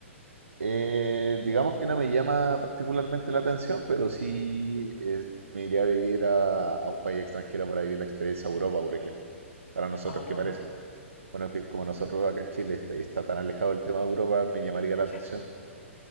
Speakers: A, on the right; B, on the left.
A: Eh, digamos que no me llama particularmente la atención, pero sí eh, me iría a vivir a, a un país extranjero para vivir la experiencia Europa, por ejemplo. Para nosotros
B: Ahora,
A: que parece,
B: pues,
A: bueno, que como nosotros acá en Chile está, está tan alejado el tema de Europa, me llamaría
B: <laughs>
A: la atención
B: ya,